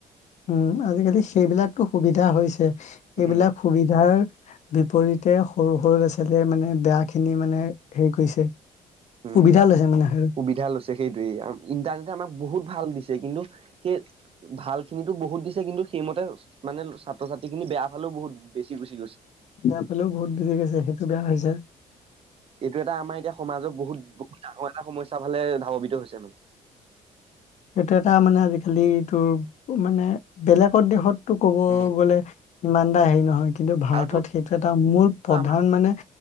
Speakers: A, on the left; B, on the right.
A: উম আজিকালি সেইবিলাকতো সুবিধা হৈছে সেইবিলাক
B: উম,
A: সুবিধাৰ বিপৰীতে সৰু সৰু ল'ৰা ছোৱালীয়ে মানে বেয়াখিনি মানে হেৰি কৰিছে।
B: উম,
A: সুবিধা লৈছে মানে সেই
B: সুবিধা লৈছে সেইটোয়ে ইন্টাৰনেটে আমাক বহুত ভাল দিছে, কিন্তু সেই ভাল খিনিটো বহুত দিছে কিন্তু সেইমতে মানে ছাত্ৰ ছাত্ৰী খিনি বেয়া ফালো বহুত বেছি গুছি গৈছে।
A: বেয়া ফালেও বহুত গুচি গৈছে সেইটো বেয়া হৈছে।
B: এইটো এটা আমাৰ এতিয়া সমাজত বহুত বহুত ডাঙৰ এটা সমস্যা ফালে স্বভাৱিত হৈছে মানে।
A: সেইটো এটা মানে আজিকালিটোৰ মানে বেলেগৰ দেশত টো ক'ব
B: উম,
A: গ'লে ইমানটা হেৰি নহয়। কিন্তু ভাৰতত
B: আৰু তোৰ
A: সেইটো এটা মূল প্ৰধান
B: আমাৰ
A: মানে